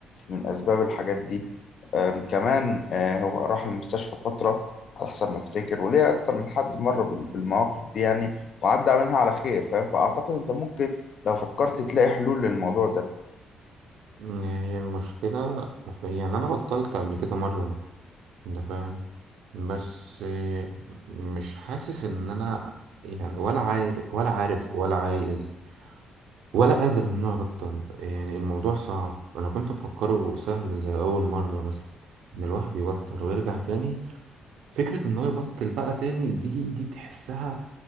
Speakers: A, on the left; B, on the right.
A: من أسباب الحاجات دي آم، كمان آه، هو راح المستشفى فترة على حسب ما افتكر وليه أكتر من حد مر بال- بالمواقف دي يعني وعدى منها على خير فاهم فأعتقد أنت ممكن لو فكرت تلاقي حلول للموضوع ده
B: هي المشكلة في يعني أنا بطلت قبل كده مرة أنت فاهم بس آه، مش حاسس إن أنا يعني ولا عارف ولا عارف ولا عايز ولا قادر إن أنا أبطل يعني الموضوع صعب أنا كنت مفكره سهل زي أول مرة بس إن الواحد يبطل ويرجع تاني فكرة ان هو يبطل بقى تاني دي دي تحسها